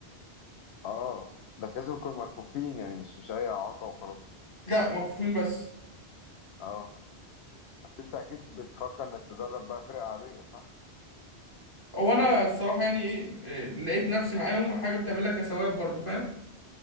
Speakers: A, on the left (about 75°); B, on the left (about 50°).
A: اه بس لازم يكونوا مكفوفين يعني مش مش اي اعاقه وخلاص
B: لا مكفوفين بس
A: اه بس انت اكيد بتفكر انك تدرب بقى فرق عاديه صح
B: هو انا الصراحه يعني ايه إيه، لقيت نفسي معاهم وحاجه بتعملها كثواب برضو فاهم